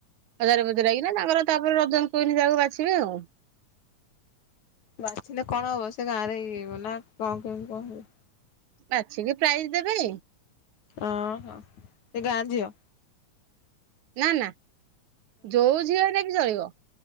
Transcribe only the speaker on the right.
ହଜାରେ ବଜାର ଆଇନା ତାପରେ ତାପରେ ରଜ କୁଇନି ଯାକୁ ବାଛିବେ ଆଉ।
ବାଛିକି ପ୍ରାଇଜ୍ ଦେବେ।
ନା ନା ଯୋଉ ଝିଅଟେ ବି ଚଳିବ।